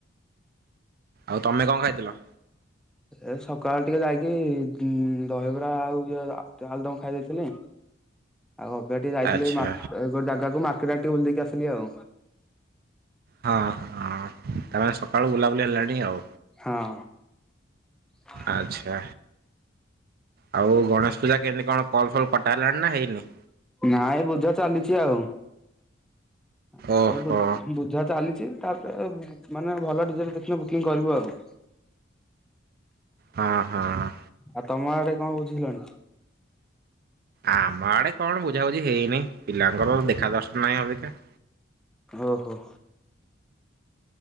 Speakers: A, on the right; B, in the centre.
A: ଆଉ ତମେ କଣ ଖାଇଥିଲ?
B: ଏ ସକାଳ ଟିକେ ଯାଇକି ଦହିବରା ଆଉ ଇଏ ତ ଆାଲୁଦମ ଖାଇ ଦେଇଥିଲି ଆଉ ଅବେ ଟିକେ ଯାଇଥିଲି
A: ଆଚ୍ଛା
B: ମା ଗୋଟ ଜାଗାକୁ ମାର୍କେଟ ଆଡେ ଟିକେ ବୁଲି ଦେଇକି ଆସିଲି ଆଉ।
A: ହଁ ହଁ। ତାମାନେ ସକାଳୁ ବୁଲାବୁଲି ହେଲାଣି ଆଉ
B: ହଁ। ହ
A: ଆଚ୍ଛା। ଆଉ ଗଣେଶ ପୂଜା କେମିତି କଣ କଲ୍ ଫଲ୍ କଟାହେଲାଣି ନା ହେଇନି।
B: ନାଇଁ ଏ ବୁଝା ଚାଲିଛି ଆଉ। ଆଉ
A: ଓହୋ
B: ଏଇ ବୁ ବୁଝା ଚାଲିଛି। ତାପରେ ମାନେ ଭଲ ଡିଜେ ଟେ ଦେଖିବୁ ବୁକିଂ କରିବୁ ଆଉ।
A: ହଁ ହଁ।
B: ଆଉ ତମ ଆଡେ କଣ ବୁଝିିଲଣି?
A: ଆମ ଆଡେ କଣ ବୁଝାବୁଝି ହେଇନି, ପିଲାଙ୍କର ଦେଖା ଦର୍ଶନ ନାଇଁ ଅବିକା।
B: ଓହୋ।